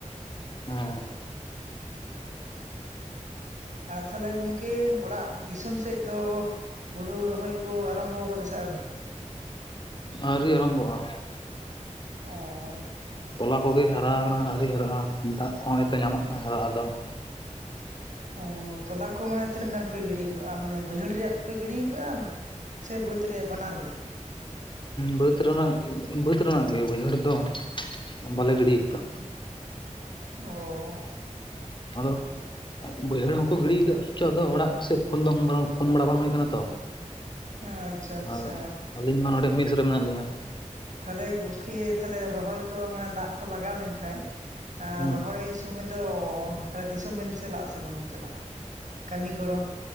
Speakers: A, on the left (about 40°); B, on the right (about 70°).
A: ᱦᱳᱸ
B: ᱟᱨ ᱛᱟᱦᱚᱞᱮ ᱜᱚᱝᱠᱮ ᱚᱲᱟᱜ ᱫᱤᱥᱚᱢ ᱥᱮᱫ ᱫᱚ ᱦᱩᱲᱩ ᱨᱚᱦᱚᱭ ᱠᱚ ᱟᱨᱟᱢᱵᱚ ᱟᱠᱟᱫᱟ ᱥᱮ ᱟᱹᱣᱨᱤ
A: ᱟᱹᱣᱨᱤ ᱟᱨᱳᱢᱵᱷᱚᱜᱼᱟ
B: ᱚᱸᱻ
A: ᱛᱟᱞᱟ ᱠᱚᱜᱮ ᱦᱟᱨᱟ ᱟᱠᱟᱱᱟ ᱟᱹᱣᱨᱤ ᱦᱟᱨᱟᱜᱼᱟ ᱫᱟᱜ ᱠᱚᱦᱚᱸ ᱦᱚᱭᱛᱚ ᱧᱟᱢᱟᱜ ᱠᱟᱱᱟ ᱦᱟᱨᱟᱜ ᱟᱫᱚ
B: ᱚᱻ ᱛᱟᱞᱟ ᱠᱚ ᱢᱟᱱᱮ ᱛᱤᱱᱟᱹᱜ ᱜᱟᱱ ᱯᱮ ᱜᱤᱰᱤ ᱟᱠᱟᱜᱼᱟ ᱢᱟᱱᱮ ᱵᱟᱹᱭᱦᱟᱹᱲ ᱨᱮᱭᱟᱜ ᱯᱮ ᱜᱤᱰᱤ ᱟᱠᱟᱫᱼᱟ ᱥᱮ ᱵᱟᱹᱫᱽ ᱨᱮᱭᱟᱜ ᱵᱟᱱᱟᱨ ᱜᱮ
A: ᱵᱟᱹᱫᱽ ᱨᱮᱱᱟᱜ ᱵᱟᱹᱫᱽ ᱨᱮᱱᱟᱜ ᱜᱮ ᱵᱟᱹᱭᱦᱟᱹᱲ ᱫᱚ ᱵᱟᱞᱮ ᱜᱤᱰᱤᱭ ᱠᱟᱫᱟ
B: ᱚ
A: ᱟᱫᱚ ᱵᱟᱹᱭᱦᱟᱹᱲ ᱦᱚᱸᱠᱚ ᱜᱤᱰᱤ ᱟᱠᱟᱫ ᱪᱚ ᱟᱫᱚ ᱚᱲᱟᱜ ᱥᱮᱫ ᱯᱷᱳᱱ ᱵᱟᱝ ᱯᱷᱳᱱ ᱵᱟᱲᱟ ᱵᱟᱝ ᱦᱩᱭ ᱟᱠᱟᱱᱟ ᱛᱚ
B: ᱟᱪᱪᱷᱟ ᱟᱪᱪᱷᱟ
A: ᱟᱨ ᱟᱹᱞᱤᱧ ᱢᱟ ᱱᱚᱸᱰᱮ ᱢᱤᱥ ᱨᱮ ᱢᱮᱱᱟᱜ ᱞᱤᱧᱟᱹ
B: ᱛᱟᱦᱚᱞᱮ ᱜᱚᱢᱠᱮ ᱛᱟᱦᱞᱮ ᱨᱚᱦᱚᱭ ᱠᱚ ᱢᱟᱱᱮ ᱫᱟᱜ ᱠᱚ ᱞᱟᱜᱟᱣ ᱞᱮᱱ ᱠᱷᱟᱡ ᱟᱨ
A: ᱦᱮᱸ
B: ᱨᱚᱦᱚᱭ ᱥᱚᱢᱚᱭ ᱫᱚ ᱛᱟᱦᱚᱞᱮ ᱫᱤᱥᱚᱢ ᱵᱮᱱ ᱪᱟᱞᱟᱜ ᱟᱥᱮ ᱵᱟᱝᱵᱤᱱ ᱪᱟᱞᱟᱜᱼᱟ? ᱠᱟᱹᱢᱤ ᱜᱚᱲᱚ